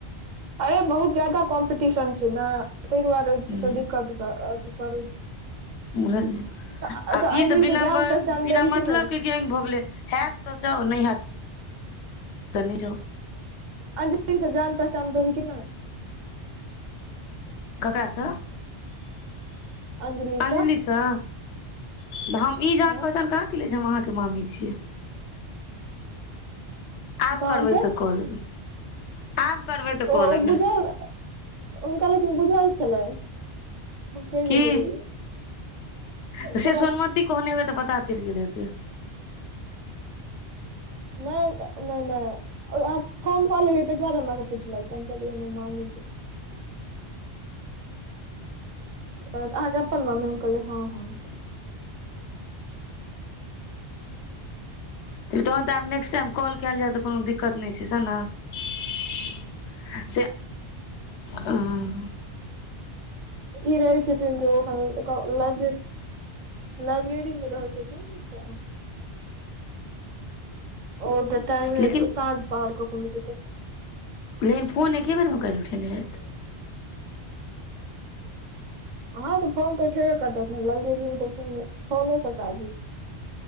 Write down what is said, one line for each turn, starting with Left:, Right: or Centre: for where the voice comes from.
Right: अरे बहुत ज्यादा कॉम्पिटिशन छै नऽ ते दुआरे
Left: हूं
Right: तऽ दिक्कत अथि करै छै
Left: बुझलियै
Right: तऽ
Left: आब ई
Right: अंजलि
Left: तऽ बिना
Right: से जान पहचान
Left: बिना
Right: भेल
Left: मतलब
Right: कि नहि
Left: के गेंग भऽ गेलै हेत तऽ जाउ नय हेत तऽ नय जाउ
Right: अंजली स जान पहचान भेल कि न्य
Left: ककरास
Right: अंजलि
Left: अञ्जलिसँ
Right: से
Left: तऽ हम ई जान
Right: हँ
Left: पहचान कहाँ केलिय जे हम अहाँके मामी छीयै आब
Right: तहन
Left: करबै
Right: फेर
Left: तऽ क लेबै आब करबै तऽ
Right: ओ
Left: क
Right: ओ
Left: लेबै
Right: बुझल हुनका लेकिन बुझल छलै हम कहि
Left: की
Right: देने रहियै ओ
Left: तऽ
Right: हमरा
Left: से सोनमती कहने होय तऽ पता चलि गेल हेतै
Right: नय नय नय ओ अहाँ फोन कऽ लेलियै तइ के बाद हमरा स पुछलक त हम कहलियै नै मामी छै अहाँके अपन मामी कहलै हँ हँ
Left: त तहन तऽ आब नेक्स्ट टाइम कॉल कयल जाय तऽ कोनो दिक्कत नय छै सेह न से हं
Right: ई रहय छथिन त ओ ओ लब लाइब्रेरीमे रहै छथिन तऽ ओ त टाइमे
Left: लेकिन
Right: साँझ बाहर कऽ घुमइत हेतइ
Left: लेकिन फोन एके बेरमे काल्हि उठेने रहथि
Right: हँं तऽ फोन तऽ उठेबे करतथ न लाइब्रेबी में त फेन फोने स काज होइ छइ